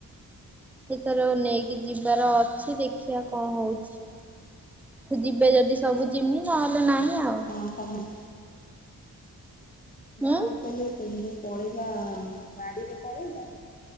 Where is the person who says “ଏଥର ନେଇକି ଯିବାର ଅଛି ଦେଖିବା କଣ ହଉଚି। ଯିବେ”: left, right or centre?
Centre